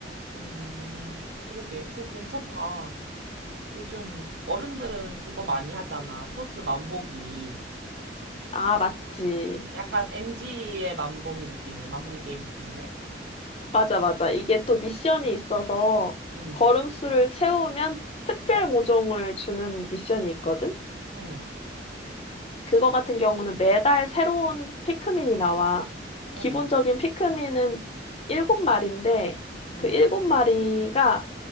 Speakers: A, on the right; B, on the left.
A: 음, 그러게. 그거 괜찮다. 요즘 어른들은 그거 많이 하잖아. 토스 만보기.
B: 아, 맞지.
A: 약간 MG의 만보기 느낌이네. 만보기 게임 느낌이네.
B: 맞아, 맞아. 이게 또 미션이 있어서
A: 응,
B: 걸음수를 채우면 특별 모종을 주는 미션이 있거든?
A: 응,
B: 그거 같은 경우는 매달 새로운 피크민이 나와.
A: 응,
B: 기본적인 피크민은 일곱 마리인데
A: 응,
B: 그 일곱 마리가